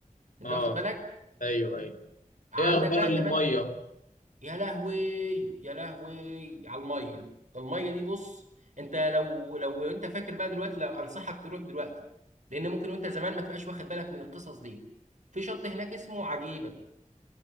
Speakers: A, on the right; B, on the left.
A: انت
B: اه
A: واخد بالك
B: ايوه ايوه
A: عندك
B: ايه اخبار
A: بقى
B: المية
A: كمان يا لهوي يا لهوي على الميه الميه دي بص انت لو لو انت فاكر بقى دلوقتي لو انصحك تروح دلوقتي لان ممكن وانت زمان ما تبقاش واخد بالك من القصص دي في شط هناك اسمه عجيبه